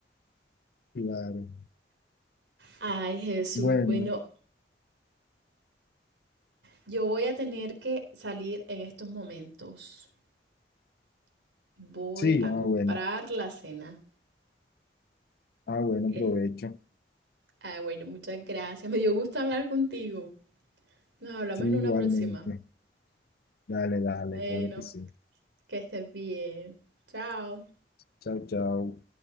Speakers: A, on the left; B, on the right.
A: Claro.
B: Ay, Jesús,
A: Bueno.
B: bueno, yo voy a tener que salir en estos momentos. Voy
A: Sí,
B: a
A: ah,
B: comprar
A: bueno.
B: la cena.
A: Ah, bueno,
B: Em,
A: provecho.
B: ah, bueno, muchas gracias. Me dio gusto hablar contigo. Nos hablamos
A: Sí,
B: en una
A: igualmente.
B: próxima.
A: Dale, dale,
B: Bueno,
A: claro que sí.
B: que estés bien. Chao.
A: Chao, chao.